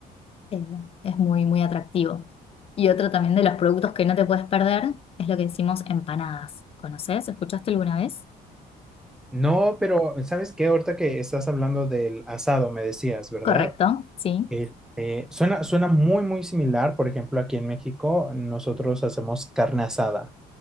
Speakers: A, on the left (about 35°); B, in the centre.
A: eh, es muy, muy atractivo. Y otro también de los productos que no te puedes perder es lo que decimos empanadas. ¿Conoces? ¿Escuchaste alguna vez?
B: No, pero ¿sabes qué? Ahorita que estás hablando del asado, me decías, ¿verdad?
A: Correcto, sí.
B: Este, suena, suena muy, muy similar. Por ejemplo, aquí en México nosotros hacemos carne asada.